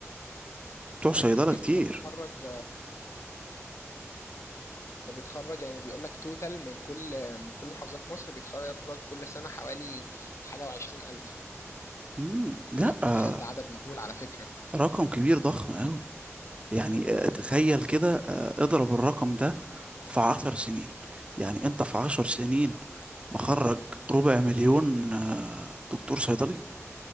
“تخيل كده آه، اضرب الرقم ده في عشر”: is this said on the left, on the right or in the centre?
Right